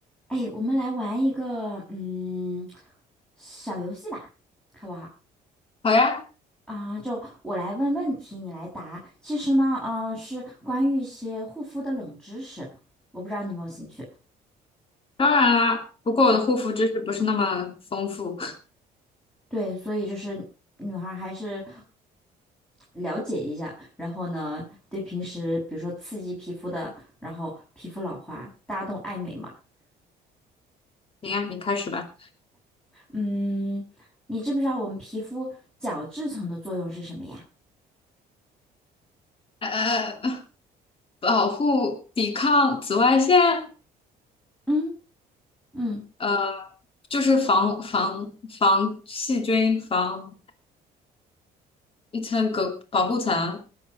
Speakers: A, in the centre; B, on the left.
A: 哎，我们来玩一个嗯小游戏吧，好不好？
B: 好呀，
A: 啊、就我来问问题，你来答。其实呢，嗯，是关于一些护肤的冷知识，我不知道你有没有兴趣。
B: 当然啦。不过我的护肤知识不是那么丰富。
A: 好，对，所以就是女孩儿还是了解一下，然后呢，对平时比如说刺激皮肤的，然后皮肤老化，大家都爱美嘛。
B: <laughs> 行呀，你开始吧。
A: 嗯，你知不知道我们皮肤角质层的作用是什么呀？
B: 呃，呃呃保护、抵抗紫外线，
A: 嗯嗯。
B: 呃，就是防防防细菌、防一层隔保护层，